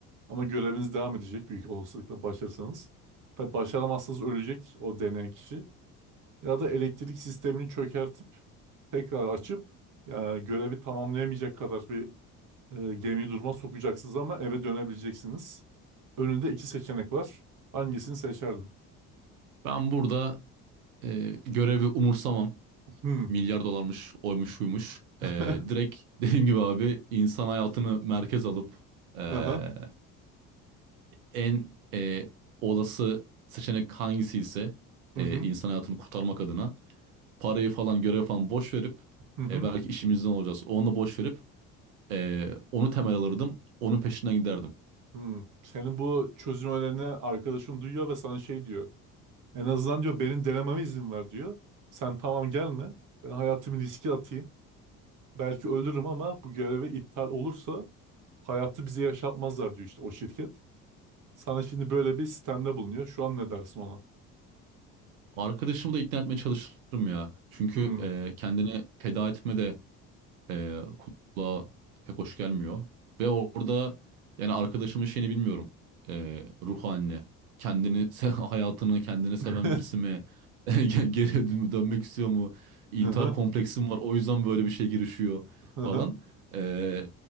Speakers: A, on the right; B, on the right.
A: Ama göreviniz devam edecek büyük olasılıkla başarırsanız. Tabii başaramazsanız ölecek o deneyen kişi. Ya da elektrik sistemini çökertip tekrar açıp yani görevi tamamlayamayacak kadar bir e, gemiyi duruma sokacaksınız ama eve dönebileceksiniz. Önünde iki seçenek var. Hangisini seçerdin?
B: Ben burada eee, görevi umursamam.
A: Hmm.
B: Milyar dolarmış, oymuş, buymuş.
A: <laughs>
B: Eee, direkt <laughs> dediğim gibi abi insan hayatını merkez alıp eee,
A: Aha.
B: en eee, olası seçenek hangisi ise
A: Hı
B: eee,
A: hı.
B: insan hayatını kurtarmak adına parayı falan görev falan boş verip
A: Hı hı.
B: e, belki işimizden olacağız. Onu boş verip e, onu temel alırdım. Onun peşinden giderdim.
A: Hı. Senin bu çözüm önerini arkadaşın duyuyor ve sana şey diyor. En azından diyor benim denememe izin ver diyor. Sen tamam gelme. Ben hayatımı riske atayım. Belki ölürüm ama bu göreve iptal olursa hayatı bize yaşatmazlar diyor işte o şirket. Sana şimdi böyle bir sistemde bulunuyor. Şu an ne dersin ona?
B: Arkadaşımı da ikna etmeye çalışırım ya. Çünkü
A: Hmm.
B: e, kendini feda etme de e, kulağa pek hoş gelmiyor. Ve orada yani arkadaşımın şeyini bilmiyorum. E, ruh halini, kendini, se- <laughs> hayatını kendini
A: <laughs>
B: seven birisi mi? <laughs> Ge- Geri dön- dönmek istiyor mu? İntihar
A: Hı hı.
B: kompleksim var o yüzden böyle bir şey girişiyor
A: Hı hı.
B: falan. E,